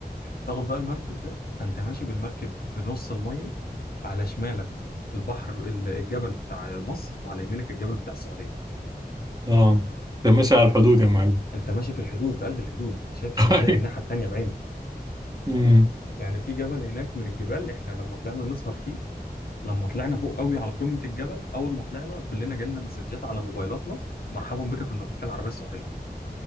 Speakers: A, on the left; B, on the right.
A: تاخد بقى المركب ده فانت ماشي بالمركب في نص الميه على شمالك البحر ال- الجبل بتاع مصر وعلى يمينك الجبل بتاع السعوديه
B: اه ده ماشي على الحدود يا معلم
A: انت ماشي في الحدود في قلب الحدود انت شايف السعوديه
B: <laughs> ايوه
A: من الناحيه التانيه بعين
B: امم
A: يعني في جبل هناك من الجبال احنا لما طلعنا نسهر فيه لما طلعنا فوق قوي على قمه الجبل اول ما طلعنا كلنا جالنا مسجات على موبايلاتنا مرحبا بك في المملكه العربيه السعوديه